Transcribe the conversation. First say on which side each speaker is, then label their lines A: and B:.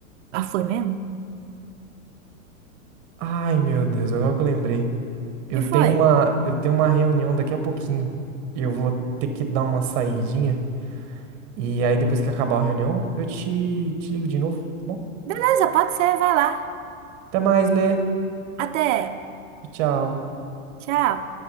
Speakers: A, on the right (about 60°); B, on the right (about 40°).
A: Ah, foi mesmo?
B: Ai, meu Deus, agora que eu lembrei. Eu
A: Que
B: tenho
A: foi?
B: uma, eu tenho uma reunião daqui a pouquinho. E eu vou ter que dar uma saidinha. E aí, depois que acabar a reunião, eu te, te ligo de novo, tá bom?
A: Beleza, pode ser, vai lá.
B: Até mais, Lê.
A: Até.
B: Tchau.
A: Tchau.